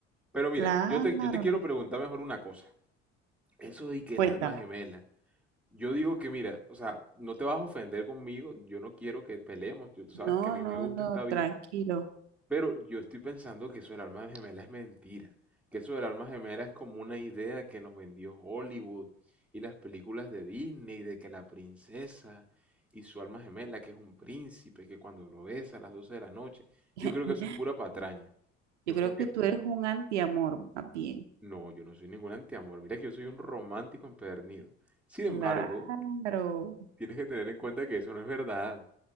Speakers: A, in the centre; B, on the right.
A: Pero mira,
B: claro,
A: yo te, yo te quiero preguntar mejor una cosa. Eso de que
B: cuéntame.
A: el alma gemela. Yo digo que mira, o sea, no te vas a ofender conmigo, yo no quiero que peleemos, yo, tú sabes
B: No,
A: que a mí
B: no,
A: me gusta,
B: no,
A: está bien.
B: tranquilo.
A: Pero yo estoy pensando que eso del alma gemela es mentira, que eso del alma gemela es como una idea que nos vendió Hollywood y las películas de Disney, de que la princesa y su alma gemela, que es un príncipe, que cuando lo besa a las 12 de la noche,
B: <laughs>
A: yo creo que eso es pura patraña. Yo
B: Yo creo
A: creo que
B: que tú eres un antiamor, más bien.
A: no, yo no soy ningún antiamor, mira que yo soy un romántico empedernido. Sin
B: Claro.
A: embargo, tienes que tener en cuenta que eso no es verdad.